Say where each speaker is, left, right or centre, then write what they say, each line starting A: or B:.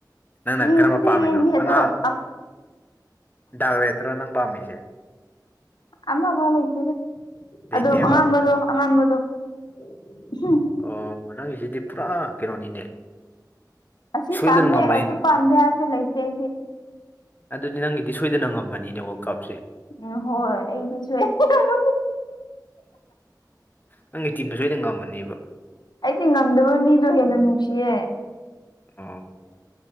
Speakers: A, on the left (about 25°); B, on the left (about 75°).
A: ꯅꯪꯅ
B: ꯌꯦꯡꯕꯨꯗꯤ
A: ꯀꯔꯝꯕ ꯄꯥꯝꯃꯤꯅꯣ
B: ꯌꯦꯡꯅꯤ ꯑꯗꯣ
A: ꯑꯉꯥꯡ ꯗꯥꯛꯔꯦꯠꯇꯨꯔꯣ ꯅꯪ ꯄꯥꯝꯃꯤꯁꯤ
B: ꯑꯃꯐꯧ ꯂꯩꯇꯦꯗ
A: ꯂꯩꯇꯦꯕ
B: ꯑꯗꯨꯝ ꯑꯉꯝꯕꯗꯣ ꯑꯉꯝꯕꯗꯣ <unintelligible>
A: ꯑꯣ ꯅꯪꯒꯤꯁꯤꯗꯤ ꯄꯨꯔꯥ ꯀꯩꯅꯣꯅꯤꯅꯦ
B: ꯑꯁꯤ
A: ꯁꯣꯏꯗꯅ
B: ꯄꯥꯝꯃꯦ
A: ꯉꯝꯃꯅꯤ
B: ꯑꯗꯨ ꯄꯥꯝꯗꯦ ꯍꯥꯏꯕꯗꯨ ꯂꯩꯇꯦ ꯑꯩꯗꯤ
A: ꯑꯗꯨꯗꯤ ꯅꯪꯒꯤꯗꯤ ꯁꯣꯏꯗꯅ ꯉꯝꯃꯅꯤꯅꯦ ꯋꯥꯔꯜ ꯀꯞꯁꯦ
B: ꯎꯝ ꯍꯣꯏ ꯑꯩꯗꯤ ꯁꯣꯏꯗꯅ ꯉꯝꯅꯤ
A: ꯅꯪꯒꯤ ꯇꯤꯝꯅ ꯁꯣꯏꯗ ꯉꯝꯃꯅꯤꯕ
B: ꯑꯩꯗꯤ ꯉꯝꯗꯕ ꯃꯤꯗꯣ ꯍꯦꯟꯅ ꯅꯨꯡꯁꯤꯌꯦ
A: ꯑꯣ